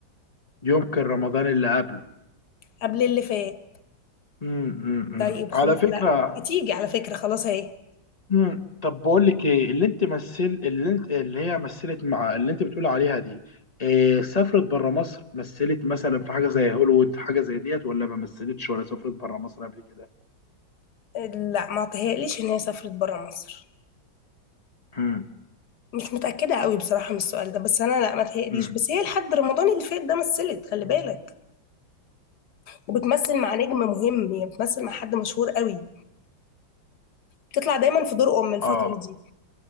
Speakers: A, on the left (about 25°); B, on the left (about 55°).
A: يمكن رمضان اللي قبله
B: قبل اللي فات
A: مم. مم.
B: طيب
A: مم.
B: خلاص
A: على فكرة
B: لا هتيجي على فكرة خلاص اهي
A: مم. طب بقول لك ايه اللي انت مثل اللي انت اللي هي مثلت مع اللي انت بتقول عليها دي إيه سافرت بره مصر مثلت مثلا في حاجه زي هوليوود حاجه زي ديت ولا ما مثلتش ولا سافرت بره مصر قبل كده
B: لا ما تهيأليش ان هي سافرت برا مصر
A: مم.
B: مش متأكدة قوي بصراحة من السؤال ده بس انا لا ما تهيأليش
A: مم.
B: بس هي لحد رمضان اللي فات ده مثلت خلي بالك وبتمثل مع نجم مهم يعني بتمثل مع حد مشهور قوي بتطلع دايما في دور ام الفتره
A: اه
B: دي